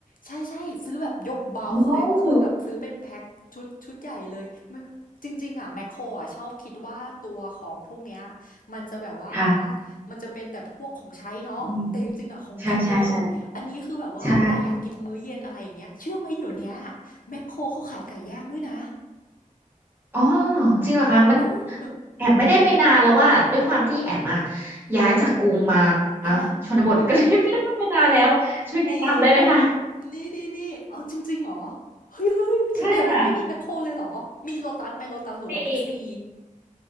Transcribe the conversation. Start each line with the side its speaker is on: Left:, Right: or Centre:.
Left: ใช่ใช่ซื้อแบบยกเบาส์เลยก็คือแบบซื้อเป็นแพ็คชุดชุดใหญ่เลยไม่จริงๆอ่ะแมคโครอ่ะชอบคิดว่าตัวของพวกเนี้ย
Right: อ๋อ
Left: มันจะแบบว่า
Right: ค่ะ
Left: มันจะเป็นแต่พวกของใช้เนาะแต่จริงๆอ่ะของกินเยอะอันนี้คือแบบว่าเวลาอยากกินมื้อเย็นอะไรอย่างเงี้ยเชื่อไหมเดี๋ยวเนี้ย
Right: อืมใช่ใช่ใช่ใช่
Left: แมคโครเขาขายไก่ย่างด้วยนะ
Right: อ๋อจริงเหรอคะมัน
Left: เออ
Right: แอมไม่ได้ไปนานแล้วว่าด้วยความที่แอมอะย้ายจากกรุงมา
Left: อ่า
Right: ชนบทก็เลยไม่ได้ไปนานแล้วช่วยแนะนำได้ไหมคะ
Left: นี่นี่นี่นี่เอาจริงๆเหรอเฮ้ยเฮ้ยแถวแถวนั้นไม่มีแมคโครเลยเหรอมีโลตัสไหมโลตัสหรือว่าบิ๊กซี
Right: ใช่ค่ะมี